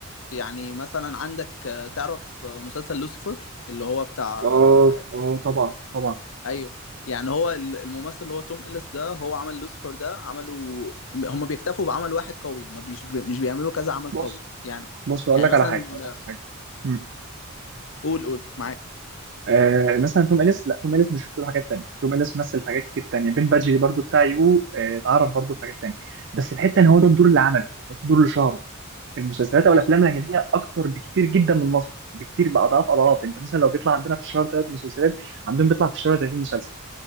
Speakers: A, on the left; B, on the right.
A: يعني مثلا عندك آه، تعرف آه، مسلسل لوسيفر اللي هو بتاع آه،
B: اه اه طبعا طبعا
A: ايوه يعني هو ال- الممثل اللي هو توم إليس ده هو عمل لوسيفر ده عملوا هم بيكتفوا بعمل واحد قوي ما بيش مش بيعملوا كذا عمل قوي
B: بص
A: يعني
B: بص اقول
A: يعني
B: لك
A: مثلا
B: على حاجه اقول لك
A: آه،
B: على حاجه مم.
A: قول قول معاك
B: آه مثلا توم اليس لا توم اليس مش شفت له حاجات تانية توم اليس مثل في حاجات كتير تانية بين بادجلي برضو بتاع يو آه، اتعرف برضو في حاجات تانية بس الحته ان هو ده الدور اللي عمله الدور اللي شهره المسلسلات او الافلام
A: أي-
B: الاجنبيه اكتر بكتير جدا من المصري بكتير باضعاف اضعاف انت مثلا لو بيطلع عندنا في الشهر ثلاث مسلسلات عندهم بيطلع في الشهر 30 مسلسل